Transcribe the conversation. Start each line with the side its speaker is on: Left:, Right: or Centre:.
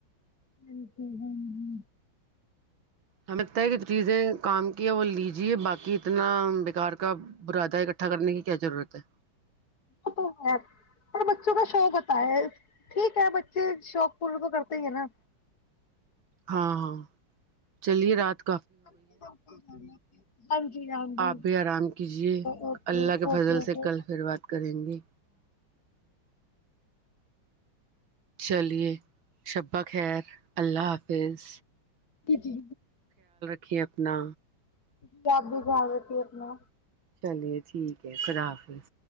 Left: بالکل ہوں ہ
Right: ہمیں لگتا ہے کہ چیزیں کام وہ لیجیے باقی اتنا بکار کا برادہ اکٹھا کرنے کی کیا ضرورت ہے
Left: وہ تو ہے پر بچوں کا شوق ہوتا ہے ٹھیک ہے بچے شوق پورا تو کرتے ہی ہیں نا
Right: ہاں ہاں چلیے رات کو
Left: <unintelligible> ہاں جی ہاں جی
Right: آپ بھی آرام کیجے
Left: اوکے
Right: اللہ کے
Left: اوکے
Right: فضل
Left: اوکے
Right: سے کل پھر بات کریں گے چلیے شبہ خیر اللہ حافظ
Left: جی
Right: کہ اپنا
Left: جی آپ بھی جان رہتی اپنا
Right: چلیے ٹھیک ہے خدا حافظ